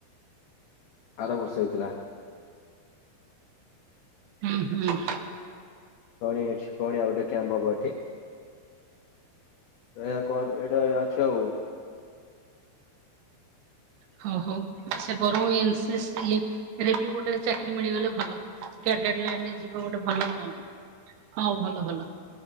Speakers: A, on the left; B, on the right.
A: ଆର ବର୍ଷ ହେଇଥିଲା।
B: ହୁଁ ହୁଁ।
A: ପୁଣି ଏଠି ପୁଣି ଆଉ ଗୋଟେ କ୍ୟାମ୍ପ ହବ ଏଠି। ଏଇଆ କ ଏଇଟା ଅଛି ଆଉ
B: ହଁ ହଉ ସେ ବରଂ ଏନ, ସି, ସି ଲିପ ଏରା ବି ଗୋଟେ ଚାକିରି ମିଳିଗଲେ ଭଲ କ୍ୟାଡ଼େଟ ଲାଇନରେ ଯିବ ଗୋଟେ ଭଲ ଅ ହଁ ଭଲ ଭଲ